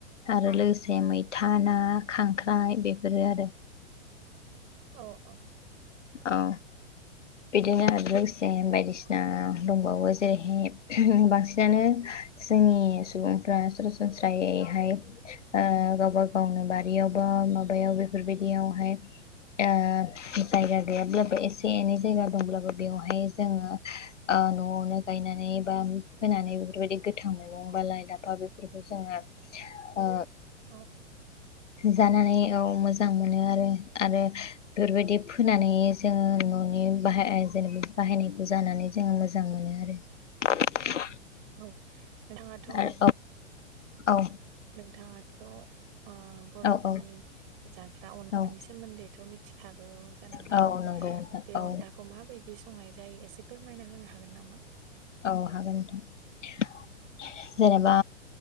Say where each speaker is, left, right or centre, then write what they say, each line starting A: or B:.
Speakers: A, on the left (about 75°); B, on the right (about 50°).
A: आरो लो से मैथा ना खांख्राइ बेफोरो आरो।
B: औ औ।
A: औ। बिदिनो लोगोसे बायदिसिना दंबावो जेरैहाय उम बांसिनानो जोंनि सुबुंफ्रा सरासनस्रायैहाय ओ गावबा गावनो बारियाव बा माबायाव बेफोरबायदियावहाय ओ जायगा गैयाब्लाबो एसे एनै जायगा दंब्लाबो बेयावहाय जोङो ओ न'आवनो गायनानै नै बा होनानै बेफोरबायदि गोथां मैगं बा लाइ लाफा बेफोरखौ जोङो ओ
B: औ
A: जानानै औ मोजां मोनो आरो आरो बेफोरबायदि नै जोङो न'नि बाहाय जेनेबा बाहायनायखौ जानानै जोङो मोजां मोनो आरो। <unintelligible>
B: औ नोंथाङाथ' ओ
A: आरो औ
B: नोंथाङाथ' ओ बर'फोरनि
A: औ औ
B: जाग्रा अनलानि
A: औ
B: सोमोन्दैथ' मिथिखागौ जानांगौ।
A: औ नंगौ नोंथां
B: बे
A: औ
B: अनलाखौ माबायदि संनाय जायो एसे फोरमायना होनो हागोन नामा?
A: औ हागोन नोंथां जेनेबा।